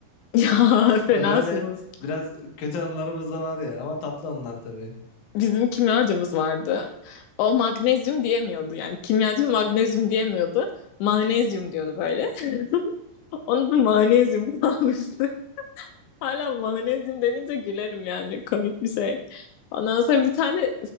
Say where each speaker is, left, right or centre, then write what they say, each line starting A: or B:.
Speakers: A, on the left; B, on the left.
A: Ya
B: <laughs>
A: fenasınız.
B: Böyle biraz kötü anılarımız da var ya ama tatlı anılar tabii.
A: Bizim kimyacımız vardı. O magnezyum diyemiyordu yani. Kimyacı magnezyum diyemiyordu. Magnezyum diyordu böyle. <laughs> Onun da magnezyum kalmıştı. Hala mayonezyum denince gülerim yani komik bir şey. Ondan sonra bir tane